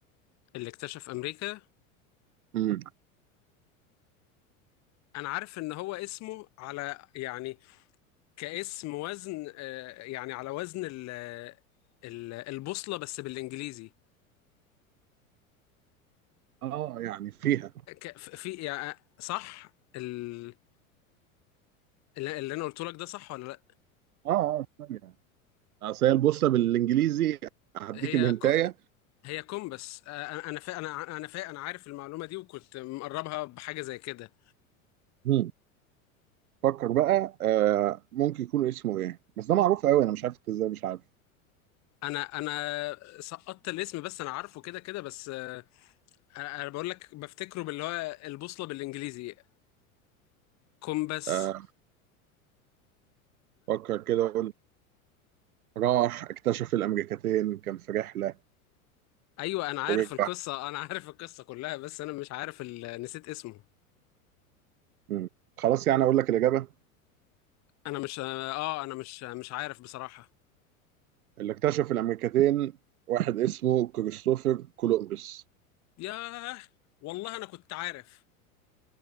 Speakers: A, on the left; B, on the right.
A: اللي اكتشف امريكا
B: امم
A: انا عارف ان هو اسمه على يعني كاسم وزن آه، يعني على وزن ال ال- البوصلة بس بالانجليزي
B: اه يعني فيها
A: ك- في يعني صح ال- اللي اللي انا قلته لك ده صح ولا لا
B: اه اه ثانية اصل هي البوصله بالانجليزي هديك
A: هي
B: الهنتايه
A: كو هي كومبس آه، انا انا فا انا انا فا انا عارف المعلومة دي وكنت مقربها بحاجة زي كده
B: مم. فكر بقى آه ممكن يكون اسمه ايه بس ده معروف قوي انا مش عارف انت ازاي مش عارف
A: انا انا سقطت الاسم بس انا عارفه كده كده بس آه، انا أنا بقول لك بفتكره باللي هو البوصلة بالانجليزي كومبس
B: آه، فكر كده وقول راح اكتشف الامريكتين كان في رحله
A: ايوه انا عارف
B: ورجع
A: القصه انا عارف القصه كلها بس انا مش عارف ال... نسيت اسمه
B: مم. خلاص يعني اقول لك الاجابه
A: انا مش اه انا مش مش عارف بصراحه
B: اللي اكتشف الامريكتين واحد اسمه كريستوفر كولومبس
A: ياه والله انا كنت عارف